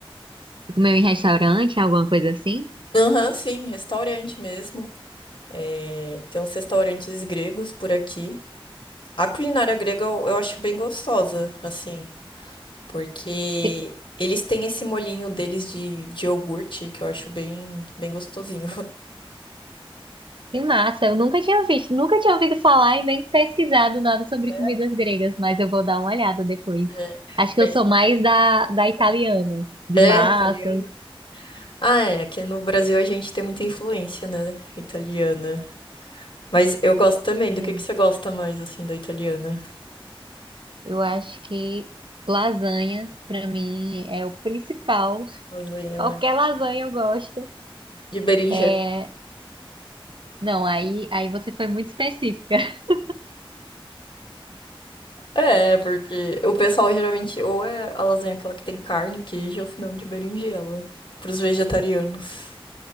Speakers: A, on the right (about 60°); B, on the left (about 60°).
A: comeu em restaurante, alguma coisa assim?
B: Aham, sim, restaurante mesmo. É, tem uns restaurantes gregos por aqui. A culinária grega eu, eu acho bem gostosa, assim, porque
A: Que
B: eles têm esse molhinho deles de, de iogurte que eu acho bem, bem gostosinho.
A: que massa, eu nunca tinha visto, nunca tinha ouvido falar e nem pesquisado nada sobre
B: <laughs>
A: comidas gregas, mas eu vou dar uma olhada depois.
B: É,
A: Acho que
B: mas-
A: eu sou mais da, da italiana, de
B: é,
A: massas.
B: italiano. Ah, é, aqui no Brasil a gente tem muita influência, né, italiana. Mas eu gosto também. Do
A: Sim,
B: que que você gosta mais, assim, da italiana?
A: eu acho que lasanha, pra mim, é o principal. <laughs>
B: Lasanha,
A: Qualquer
B: né?
A: lasanha eu gosto.
B: De berinjela.
A: É... Não, aí, aí você foi muito específica. <laughs>
B: É, porque o pessoal geralmente ou é a lasanha aquela que tem carne, queijo, ou se não de berinjela. Pros vegetarianos.